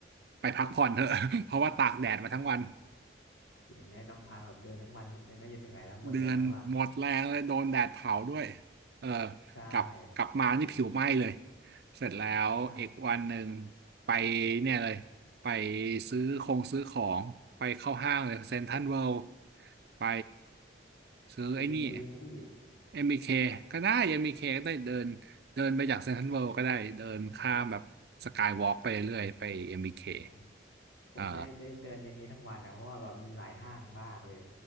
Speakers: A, on the right (about 55°); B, on the left (about 90°).
A: ไปพักผ่อนเถอะ <laughs> เพราะว่าตากแดดมาทั้งวัน
B: อย่างนี้ต้องพาแบบเดินทั้งวันเดินไม่จนเหนื่อยแล้วหมดแรงแล้วอ่ะ
A: เดือนหมดแรงเลยโดนแดดเผาด้วยเออ
B: ใช่
A: กลับกลับมานี่ผิวไหม้เลย เสร็จแล้วอีกวันหนึ่ง
B: ใช่
A: ไปเนี่ยเลยไปซื้อคงซื้อของ ไปเข้าห้างเลยเซ็นทรัลเวิลด์ไปซื้อไอ้นี่
B: ABK พี่
A: MBK ก็ได้ MBK ก็ได้เดินเดินไปจากเซ็นทรัลเวิลด์ก็ได้เดินข้ามแบบสกายวอล์กไปเรื่อยๆไป MBK อมบีเค
B: อ๋อผมได้ได้เดินในนี้ทั้งวันนะเพราะว่าแบบมีหลายห้างมากเลย
A: อ่า